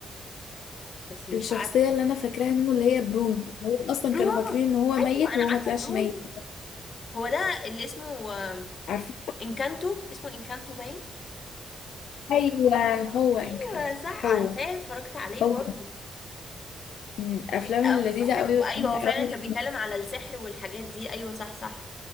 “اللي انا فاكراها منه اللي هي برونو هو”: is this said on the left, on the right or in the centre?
Left